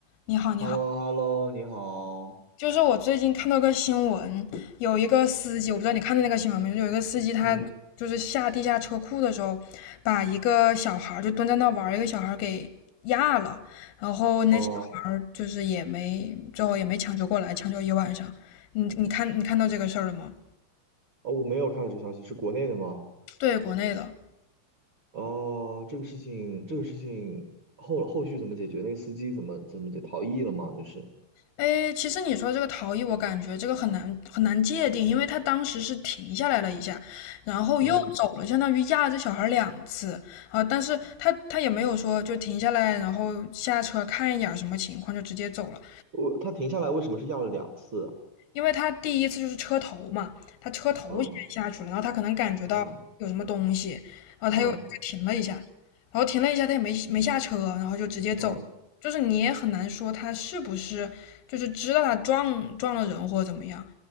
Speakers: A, on the left; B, on the right.
A: 你好，你好，
B: h e l l o h e l l o 你好。
A: 就是我最近看到个新闻，有一个司机，我不知道你看到那个新闻没，就有一个司机他就是下地下车库的时候，
B: 嗯，
A: 把一个小孩儿就蹲在那玩儿，一个小孩儿给压了，然后那小孩儿就是也没最后也没抢救过来，
B: 哦，
A: 抢救一晚上。你你看你看到这个事儿了吗？
B: 哦，我没有看到这个消息，是国内的吗？
A: 对，国内的。
B: 哦，这个事情，这个事情后后续怎么解决？那个司机怎么怎么解逃逸了吗？就是，
A: 哎，其实你说这个逃逸，我感觉这个很难很难界定，因为他当时是停下来了一下，然后又走了，
B: 嗯，
A: 相当于压着小孩儿两次啊。但是他他也没有说就停下来，然后下车看一眼儿什么情况就直接走了。
B: 我他停下来为什么是要了两次？
A: 因为他第一次就是车头嘛，他车头先下去了，
B: 嗯
A: 然后他可能感觉到有什么东西，
B: 嗯
A: 然后他又就停了一下，
B: 嗯
A: 然后停了一下，他也没没下车，然后就直接走，
B: 嗯
A: 就是你也很难说他是不是就是知道他撞撞了人或者怎么样，